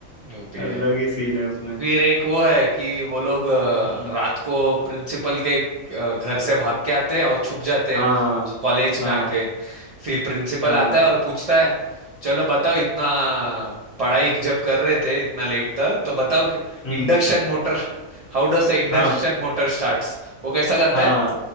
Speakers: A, on the right; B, on the left.
A: जो भी
B: अलग
A: है
B: ही सीन है उसमें
A: फिर एक वो है कि वो लोग अ,
B: हम्म
A: रात को प्रिंसिपल के अ, घर से भाग के आते हैं और छुप जाते
B: हाँ
A: हैं कॉलेज
B: हाँ
A: में आके फिर प्रिंसिपल
B: हाँ
A: आता है और पूछता है चलो बताओ इतना पढ़ाई जब कर रहे थे इतना लेट तक तो बताओ कि
B: हम्म
A: induction motor how does induction
B: हाँ
A: motor starts वो कैसा करता
B: हाँ
A: है